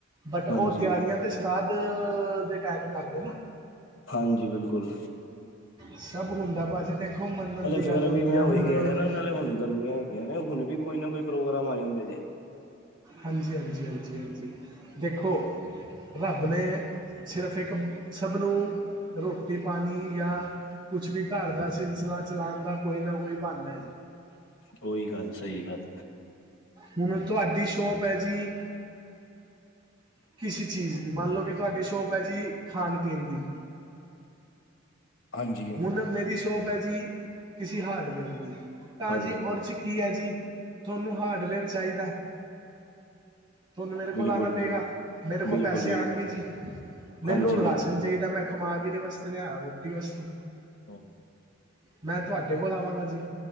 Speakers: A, on the right (about 25°); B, on the left (about 80°).
A: ਬਟ ਉਹ
B: ਹਾਂਜੀ
A: ਤਿਆਰੀਆਂ ਤੇ ਸ਼ਰਾਧ ਟਾਇਪ ਕਰਦੇ ਨਾ।
B: ਹਾਂਜੀ ਬਿਲਕੁਲ
A: ਸਭ ਹੁੰਦਾ ਭਾਜੀ ਦੇਖੋ ਮੰਨਣ ਦੀ
B: ਫੇਿਰ
A: ਗੱਲ ਹੁੰਦੀ
B: ਵੀ ਮੈਂ
A: ਆ
B: ਉਹੀ
A: ਹੁਣ
B: ਕਹਿ ਰਿਹਾ ਨਾ ਨਾਲੇ ਹੁਣ ਗਰਮੀਆਂ ਹੈਗੀਆਂ ਨੇ ਹੁਣ ਵੀ ਕੋਈ ਨਾ ਕੋਈ ਪ੍ਰੋਗਰਾਮ ਆ ਜਾਂਦੇ ਜੇ
A: ਹਾਂਜੀ ਹਾਂਜੀ ਦੇਖੋ ਰੱਬ ਨੇ। ਸਿਰਫ ਇੱਕ ਸਭ ਨੂੰ। ਰੋਟੀ ਪਾਣੀ ਜਾਂ ਕੁਛ ਵੀ ਘਰ ਦਾ ਸਿਲਸਿਲਾ ਚਲਾਉਣ ਦਾ ਕੋਈ ਨਾ ਕੋਈ ਬਹਾਨਾ ਐ।
B: ਓਹੀ ਗੱਲ ਸਹੀ ਗੱਲ।
A: ਹੁਣ ਤੁਹਾਡੀ ਸ਼ੋਪ ਐ ਜੀ। ਕਿਸੀ ਚੀਜ਼ ਦੀ ਮੰਨ ਲੋ ਕਿ ਤੁਹਾਡੀ ਸ਼ੌਪ ਐ ਜੀ ਖਾਣ-ਪੀਣ ਦੀ।
B: ਹਾਂਜੀ
A: ਹੁਣ ਮੇਰੀ ਸ਼ੋਪ ਐ ਜੀ ਕਿਸੀ ਹਾਰਡਵੇਅਰ ਦੀ ਤਾਂ
B: ਹਾਂਜੀ
A: ਜੀ ਓਰ ਚ ਕੀ ਐ ਜੀ ਤੁਹਾਨੂੰ ਹਾਰਡਵੇਅਰ ਚਾਈਦੈ। ਤੁਹਨੂੰ ਮੇਰੇ ਕੋਲ
B: ਬਿਲਕੁਲ
A: ਆਣਾ ਪਏਗਾ
B: ਬਿਲਕੁਲ
A: ਮੇਰੇ ਕੋਲ
B: ਬਿਲਕੁਲ
A: ਪੈਸੇ
B: ਬਿਲਕੁਲ
A: ਆਣਗੇ ਜੀ। ਮੈਨੂੰ
B: ਹਾਂਜੀ
A: ਰਾਸ਼ਨ
B: ਬਿਲਕੁਲ
A: ਚਾਈਦਾ ਮੈਂ ਕਮਾ ਕਿਦੇ ਵਸਤੇ ਰਿਆ ਰੋਟੀ ਵਾਸਤੇ।
B: ਹਾਂ।
A: ਮੈਂ ਤੁਹਾਡੇ ਕੋਲ ਆਵਾਂਗਾ ਜੀ